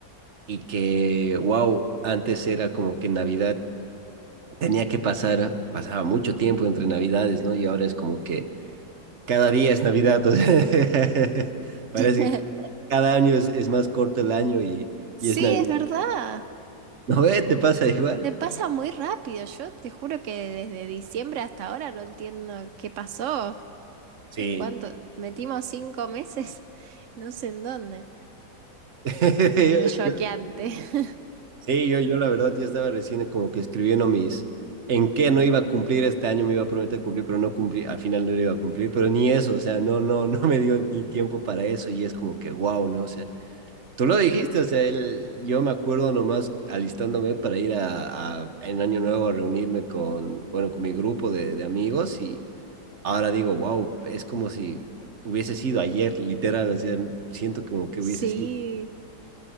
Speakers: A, on the right (about 45°); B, on the right (about 75°).
A: y que, wow, antes era como que Navidad tenía que pasar, pasaba mucho tiempo entre Navidades, ¿no? Y ahora es como que cada día es Navidad, o sea, <laughs> parece
B: <laughs>
A: que cada año es, es más corto el año y,
B: Sí,
A: y es Navidad.
B: es verdad.
A: ¿No ve? ¿Te pasa igual?
B: Se pasa muy rápido, yo te juro que desde diciembre hasta ahora no entiendo qué pasó,
A: Sí,
B: en cuanto
A: yo,
B: metimos cinco meses, <laughs> no sé en dónde,
A: <laughs>
B: es medio choqueante. <laughs>
A: Sí, yo, yo la verdad, yo estaba recién como que escribiendo mis, en qué no iba a cumplir este año, me iba a prometer cumplir, pero no cumplí, al final no lo iba a cumplir, pero ni eso, o sea, no, no, <laughs> no me dio ni tiempo para eso y es como que, wow, ¿no? O sea, Tú lo dijiste, o sea, él- yo me acuerdo nomás alistándome para ir a, a- en Año Nuevo a reunirme con, bueno, con mi grupo de, de amigos y ahora digo, wow, es como si hubiese sido ayer, literal, o sea, siento como que
B: Sí,
A: hubiese sido